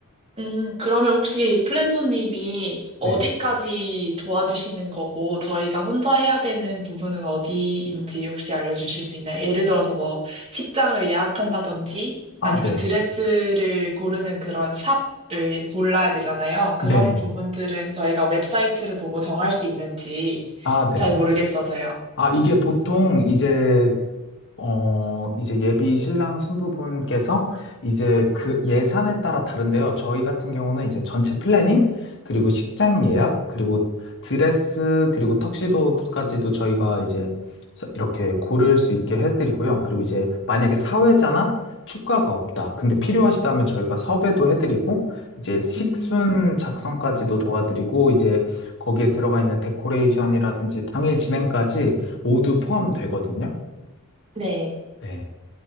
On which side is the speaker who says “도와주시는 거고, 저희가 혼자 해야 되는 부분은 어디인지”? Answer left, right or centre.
Right